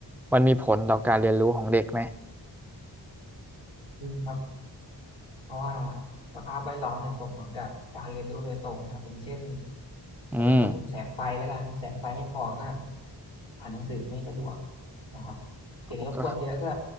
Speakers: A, in the centre; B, on the left.
A: มันมีผลต่อการเรียนรู้ของเด็กไหม
B: อืมครับ เพราะว่าสภาพแวดล้อมเนี่ยส่งผลกับการเรียนรู้โดยตรงนะครับอย่างเช่น
A: อืม
B: อาจจะพูดถึงแสงไฟแล้วกันแสงไฟไม่พอก็อ่านหนังสือไม่สะดวกนะครับเสียงรบกวนเยอะก็
A: ก็